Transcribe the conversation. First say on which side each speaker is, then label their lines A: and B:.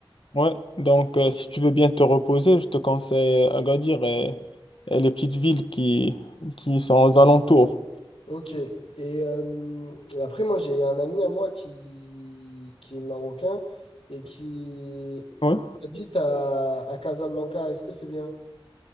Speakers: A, on the left; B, on the left.
A: Ouais. Donc, euh, si tu veux bien te reposer, je te conseille euh, Agadir et, et les petites villes qui, qui sont aux alentours.
B: Ok. Et, euh, et après, moi, j'ai un ami à moi qui, qui est marocain et qui
A: Ouais.
B: habite à, à Casablanca. Est-ce que c'est bien?